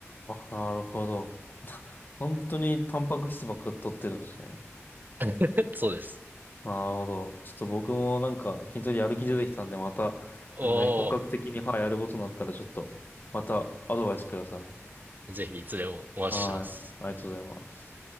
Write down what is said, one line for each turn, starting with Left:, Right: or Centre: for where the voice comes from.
Left: あ、なるほど。<laughs> 本当にタンパク質ばっか取ってるんですね。
Right: <laughs> そうです。
Left: なるほど。ちょっと僕もなんか筋トレやる気出てきたんで、また、なんか骨格的に、
Right: お
Left: はい、やることになったら、ちょっと、またアドバイスください。
Right: ー、ぜひいつでもお待ちしてます。
Left: はい。ありがとうございます。